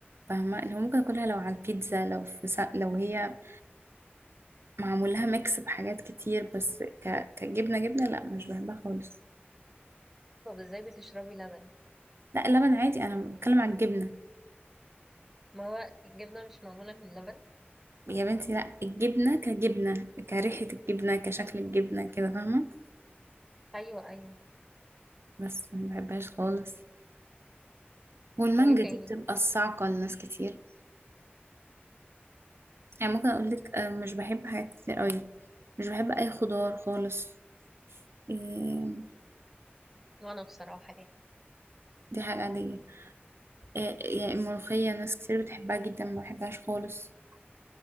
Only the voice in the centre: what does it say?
طب ازاي بتشربي لبن
ما هو الجبنة مش معمولة من اللبن
ايوه ايوه
وايه تاني
وانا بصراحة يعني